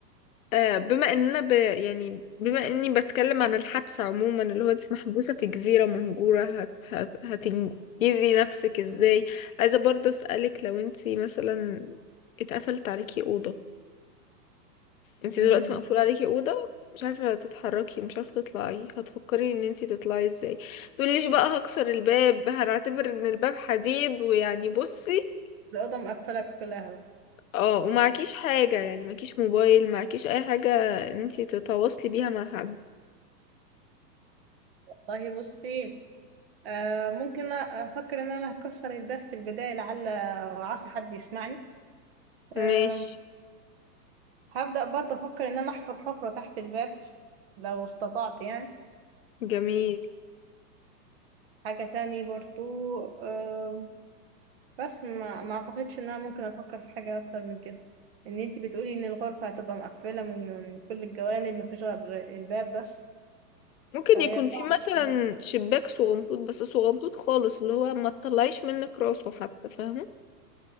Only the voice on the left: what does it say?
آه، بما اننا ب... يعني بما اني بتكلم عن الحبس عموما اللي هو انت محبوسة في جزيرة مهجورة هت... هت... هتنجزي نفسك ازاي عايزة برضه اسألك لو انت مثلا اتقفلت عليكي أوضة انتي
دلوقتي مقفول عليكي اوضه مش عارفه تتحركي مش عارفه تطلعي هتفكري ان انتي تطلعي ازاي تقوليش بقى هكسر الباب هنعتبر ان الباب حديد ويعني بصي
اه ومعكيش حاجه يعني معكيش موبايل معكيش اي حاجه ان انتي تتواصلي بيها مع حد
ماشي
جميل
ممكن
يكون
في مثلا شباك صغنطوط بس صغنطوط خالص اللي هو ما تطلعيش منك راسه حتى فاهمه